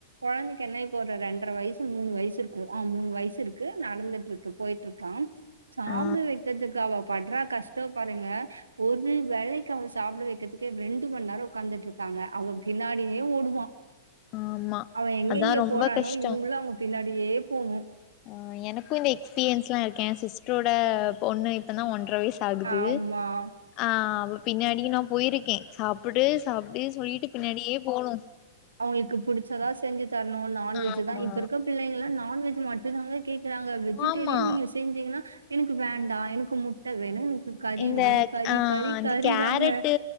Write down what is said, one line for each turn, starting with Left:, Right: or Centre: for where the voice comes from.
Right: குழந்தைக்கு என்ன இப்போ ரெண்டரை வயசு மூணு வயசு இருக்கு ஆ மூணு வயசு இருக்கு நடந்துட்டு இருக்கு போயிட்டுருக்கா சாப்ட
Left: ஆ
Right: வைக்கிறதுக்கு அவ படுற கஷ்டோ பாருங்க ஒரு வேளைக்கு அவன சாப்பிட வைக்கிறதுக்கே ரெண்டு மண் நேரோ உக்காந்துட்டு இருப்பாங்க அவ பின்னாடியே ஓடுவா
Left: ஆமா
Right: அவ எங்கெங்க
Left: அதா ரொம்ப
Right: போறானோ
Left: கஷ்டோ
Right: இவங்களு அவ பின்னாடியே போணு
Left: ஆ எனக்கு இந்த எக்ஸ்பீரியன்ஸ்லா இருக்கு ஏ சிஸ்டரோட பொண்ணு இப்பதா ஒன்ற வயசு அகுது
Right: ஆமா
Left: ஆ அவ பின்னாடி நா போயிருக்கே சாப் புடு சாப்டு சொல்லிட்டு பின்னாடியே போணு
Right: அவங்ளுக்கு பிடிச்சதா செஞ்சு தர்ணு நான்வெஜ்
Left: ஆமா
Right: தா இப்ப இருக்க பிள்ளைங்களா நான்வெஜ் மட்டு தாங்க கேக்குறாங்க வெஜிடேரியன்
Left: ஆமா
Right: நீங்க செஞ்சீங்கன்னா எனக்கு வேண்டா எனக் கு முட்ட வேணு எனக்கு கறி
Left: இந்த
Right: வேணு கறி
Left: ஆ
Right: கறி
Left: இந்த
Right: கறி
Left: கேரட்டு
Right: தாங்க